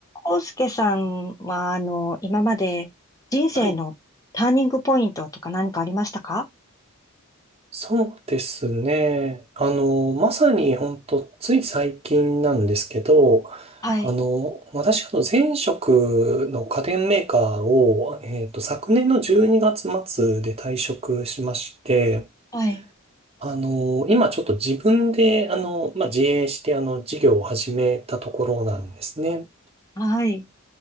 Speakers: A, on the left (about 15°); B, on the right (about 30°).
A: 康介さんは、あの、今まで人生のターニングポイントとか何かありましたか
B: はい。そうですね。あの、まさに本当つい最近なんですけど、
A: はい、
B: あの、私、あの、前職の家電メーカーを、えっと、昨年の12月末で退職しまして、
A: はい、
B: あの、今ちょっと自分で、あの、まあ、自営して、あの、事業を始めたところなんですね。
A: はい、